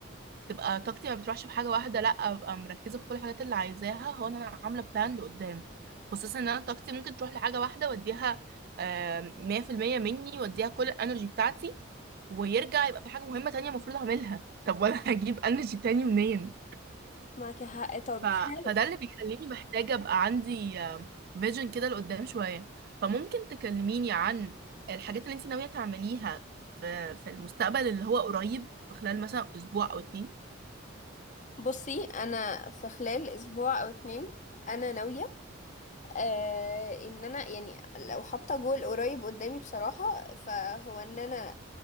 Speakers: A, on the right; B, on the left.
A: تبقى طاقتي ما بتروحش في حاجه واحده لا ابقى مركزه في كل الحاجات اللي عايزاها هو إن انا عامله بلان لقدام خصوصا ان انا طاقتي ممكن تروح لحاجه واحده واديها آه، 100% مني واديها كل الانرجي بتاعتي ويرجع يبقى في حاجه مهمه تانية المفروض اعملها طب وانا <laughs> هجيب انرجي تاني منين
B: معاكي حق طب
A: ف...
B: هل
A: فده اللي بيخليني محتاجة أبقى عندي فيجن كده لقدام شوية فممكن تكلميني عن الحاجات اللي انت ناوية تعمليها في في المستقبل اللي هو قريب في خلال مثلا أسبوع أو اتنين
B: بصي انا في خلال اسبوع او اتنين انا ناوية آه ان انا يعني لو حاطة جول قريب قدامي بصراحة فهو ان انا